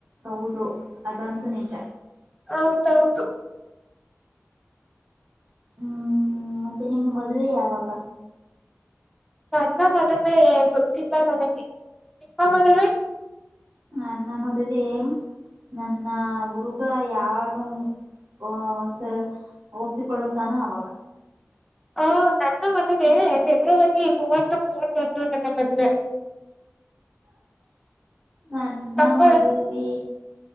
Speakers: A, on the right; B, in the centre.
A: ಹೌದು ಅದಂತೂ ನಿಜ
B: ಹೌದೌದು
A: ಹ್ಮ್ ಮತ್ತೆ ನಿಮ್ಮ ಮದುವೆ ಯಾವಾಗ.
B: ನನ್ನ ಮದುವೆ ಗೊತ್ತಿಲ್ಲ ನನಗೆ ನಿಮ್ಮ ಮದುವೆ.
A: ನನ್ನ ಮದುವೆ ನನ್ನ ಹುಡುಗ ಯಾವಾಗ ಆ ಸ ಒಪ್ಪಿಕೊಳ್ಳುತ್ತಾನ ಅವಾಗ.
B: ಹೂ ನನ್ನ ಮದುವೆ ಫೆಬ್ರವರಿ ಮೂವತ್ತು ಮೂವತ್ತೊಂದು ನನ್ನ ಮದುವೆ.
A: ನನ್ನ
B: ತಪ್ಪ
A: ಮದುವೆ